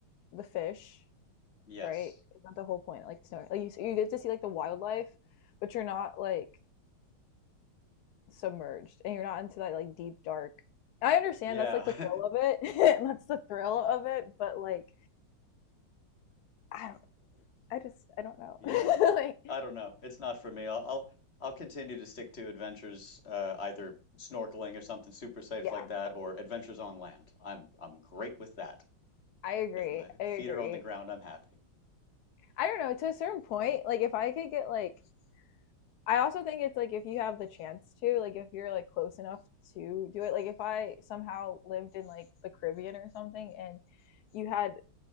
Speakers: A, on the left; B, on the left.
A: the fish,
B: Yes.
A: right? That's the whole point. Like snorkel, like you, you get to see like the wildlife, but you're not like submerged, and you're not into that like deep dark. I understand
B: Yeah.
A: that's like the thrill
B: <laughs>
A: of it. <laughs> that's the thrill of it, but like I don't, I just I don't know.
B: Yeah.
A: <laughs> like
B: I don't know. It's not for me. I'll I'll, I'll continue to stick to adventures, uh, either snorkeling or something super safe
A: yeah,
B: like that, or adventures on land. I'm I'm great with that.
A: I agree.
B: If my
A: I
B: feet
A: agree.
B: are on the ground, I'm happy.
A: I don't know, to a certain point, like if I could get like I also think it's like if you have the chance to, like if you're like close enough to do it, like if I somehow lived in like the Caribbean or something and you had